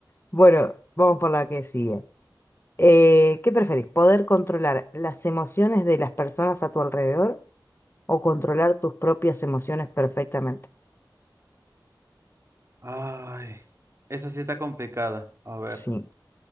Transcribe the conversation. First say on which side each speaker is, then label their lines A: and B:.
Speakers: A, on the left; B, on the right.
A: Bueno, vamos por la que sigue. Eh, ¿qué preferís? ¿Poder controlar las emociones de las personas a tu alrededor o controlar tus propias emociones perfectamente?
B: Ay, esa sí está complicada. A ver.
A: Sí.